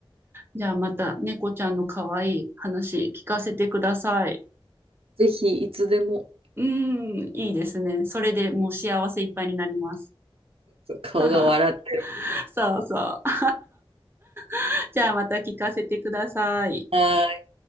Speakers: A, on the right (about 25°); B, on the right (about 80°).
A: じゃあまた猫ちゃんの可愛い話聞かせてください。
B: ぜひ、いつでも
A: うーん、いいですね。それでもう幸せいっぱいになります。
B: 顔が笑ってる。
A: <laughs> そうそう。<laughs> じゃあまた聞かせてください。
B: はい